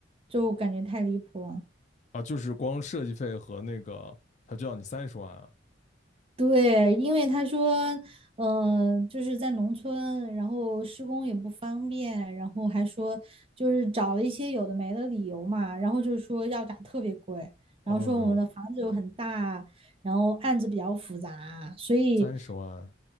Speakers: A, on the right (about 30°); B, on the left (about 40°).
A: 就感觉太离谱了。
B: 啊，就是光设计费和那个，他就要你三十万啊。
A: 对，因为他说，嗯、呃就是在农村，然后施工也不方便，然后还说就是找了一些有的没的理由嘛，然后就是说要价特别贵，
B: 哦呦，
A: 然后说我们的房子又很大，然后案子比较复杂，所以
B: 三十万，